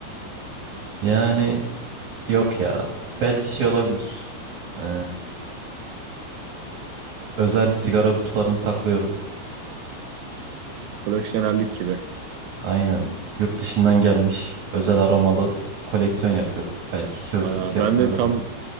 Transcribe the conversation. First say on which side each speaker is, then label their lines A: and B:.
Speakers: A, on the right; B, on the right.
A: Yani Yok ya. Belki şey olabilir. Ee, özel sigara kutularını saklıyorum.
B: Koleksiyonerlik gibi.
A: Aynen. Yurt dışından gelmiş özel aromalı koleksiyon yapıyorum. Belki çoğu
B: Aa,
A: kişi
B: ben
A: yapmıyordur
B: de tam
A: bunu.